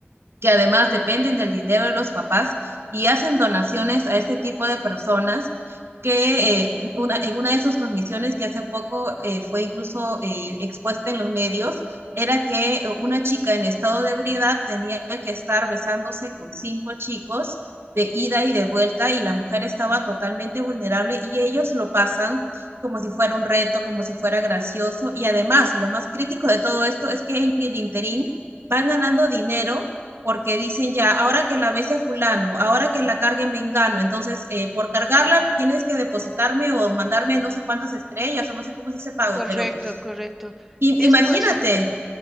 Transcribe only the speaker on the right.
que además dependen del dinero de los papás y hacen donaciones a este tipo de personas que eh, una, en una de sus transmisiones que hace poco eh, fue incluso eh, expuesta en los medios, era que una chica en estado de ebriedad tenía que estar besándose con cinco chicos de ida y de vuelta y la mujer estaba totalmente vulnerable y ellos lo pasan como si fuera un reto, como si fuera gracioso y además lo más crítico de todo esto es que en el interín van ganando dinero porque dicen ya, ahora que la bese a fulano, ahora que la carguen vengano, entonces eh, por cargarla tienes que depositarme o mandarme no sé cuántas estrellas o no sé cómo es ese pago,
pero
imagínate.